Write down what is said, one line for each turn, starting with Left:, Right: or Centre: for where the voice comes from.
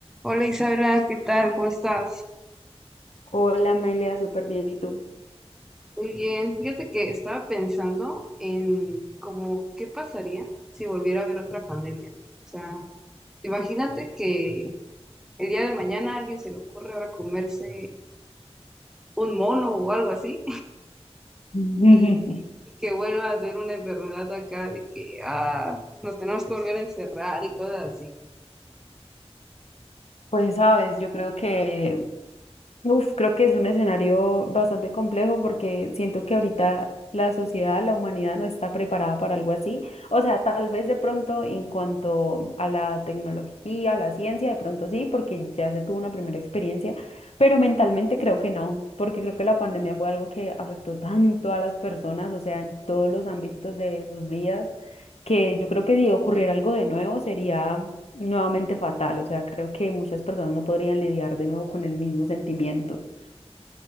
Centre: Hola Isabela, ¿qué tal? ¿Cómo estás?
Left: Hola Amelia, súper bien. ¿Y tú?
Centre: Muy bien. Fíjate que estaba pensando en como qué pasaría si volviera a haber otra pandemia. O sea, imagínate que el día de mañana a alguien se le ocurre ahora comerse un mono o algo así
Left: <laughs>
Centre: <laughs> y, y que vuelva a ser una enfermedad acá de que ah, nos tenemos que volver a encerrar y cosas así.
Left: Pues sabes, yo creo que, Uf, creo que es un escenario bastante complejo porque siento que ahorita la sociedad, la humanidad no está preparada para algo así. O sea, tal vez de pronto en cuanto a la tecnología, a la ciencia, de pronto sí, porque ya se tuvo una primera experiencia, pero mentalmente creo que no, porque creo que la pandemia fue algo que afectó tanto a las personas, o sea, en todos los ámbitos de sus vidas. que yo creo que si ocurriera algo de nuevo sería nuevamente fatal, o sea, creo que muchas personas no podrían lidiar de nuevo con el mismo sentimiento.